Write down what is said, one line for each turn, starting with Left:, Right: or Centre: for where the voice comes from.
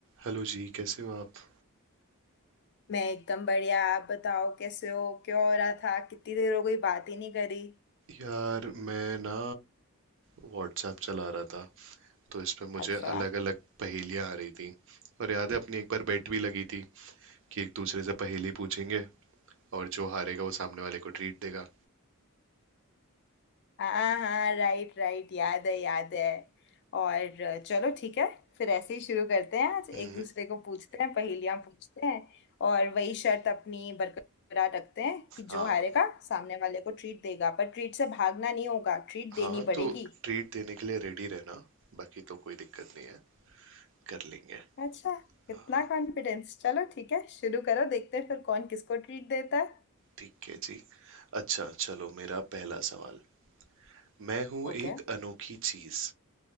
Right: Hello जी कैसे हो आप
Left: मैं एकदम बढ़िया आप बताओ कैसे हो क्या हो रहा था कितनी देर हो गई बात ही नहीं करी
Right: यार मैं ना व्हाट्सएप चला रहा था तो इस पे मुझे
Left: अच्छा
Right: अलग अलग पहेलियां आ रही थी और याद है अपनी एक बार बेट भी लगी थी कि एक दूसरे से पहेली पूछेंगे और जो हारेगा वो सामने वाले को ट्रीट देगा
Left: हाँ हाँ राइट राइट याद है याद है और अ, चलो ठीक है फिर ऐसे ही शुरू करते हैं आज एक
Right: हम्म,
Left: दूसरे को पूछते हैं पहेलियां पूछते हैं और वही शर्त अपनी बरकरार रखते हैं कि
Right: हाँ
Left: जो हारेगा सामने वाले को ट्रीट देगा पर ट्रीट से भागना नहीं होगा ट्रीट
Right: हाँ
Left: देनी पड़ेगी
Right: तो ट्रीट देने के लिए रेडी रहना बाकी तो कोई दिक्कत नहीं है कर लेंगे
Left: अच्छा इतना
Right: हाँ
Left: कॉन्फिडेंस चलो ठीक है शुरू करो देखते हैं फिर कौन किसको ट्रीट देता है
Right: ठीक है जी अच्छा चलो मेरा पहला सवाल मैं हूँ
Left: ओके
Right: एक अनोखी चीज